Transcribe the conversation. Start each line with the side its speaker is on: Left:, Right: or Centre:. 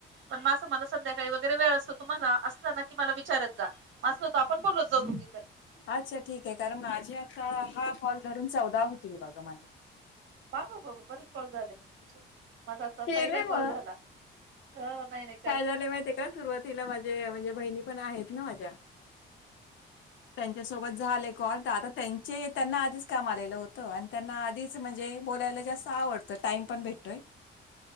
Right: पण मा असं म्हनू शकतो ना जेव्हा वेळ असतो तुम्हाला असता ना की मला विचारत जा. अस होता आपण बोलत जाऊ तिथं.
Left: अच्छा ठीक आहे कारण माझे आता हा कॉल धरून चौदा होतील बघा माझे.
Right: बा, बा, बा, बा बरेच कॉल झाले मग तुमचे माझा आता
Left: केले
Right: पहिला
Left: मग
Right: कॉल झाला नाही नाही.
Left: काय झाले माहितीे का सुरुवातीला माझे म्हणजे बहिणी पण आहेत ना माझ्या. <inaudible> त्यांच्यासोबत झाले कॉल तर आता त्यांचे त्यांना आधीच काम आलेलं होतं आणि त्यांना आधीच म्हणजे बोलायला जास्त आवडतं तर टाइम पण भेटतोय.